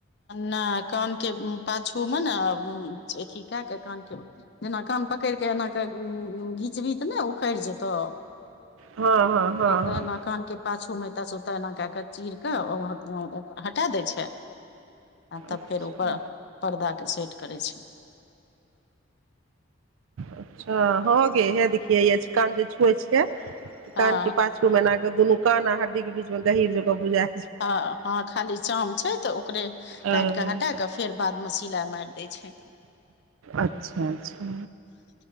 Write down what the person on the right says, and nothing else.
हँ हँ हँ
हँ
अच्छा
अच्छा हो गे हे देखिय कान जे छुए छियै
कान के पाछू मै न दुनू कान आ हड्डी के बीच मे गहीर जगह बुझा
अ
अच्छा अच्छा